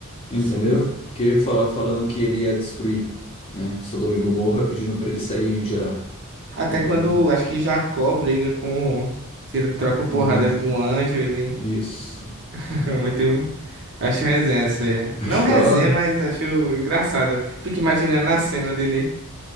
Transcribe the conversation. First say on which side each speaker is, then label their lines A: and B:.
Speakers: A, on the left; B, on the right.
A: entendeu?
B: Sim. sim.
A: Porque fa- falando que ele ia destruir, né? Sodoma e Gomorra, pedindo para ele sair já,
B: Até
A: entendeu?
B: quando, acho que Jacó briga com... Tira, troca porrada
A: Um anjo,
B: com o anjo, ele...
A: isso.
B: <laughs>
A: <laughs>
B: Muito. Acho resenha essa aí. é.
A: Acho
B: Não
A: que
B: resenha,
A: tava...
B: mas acho engraçado. Fico imaginando a cena dele.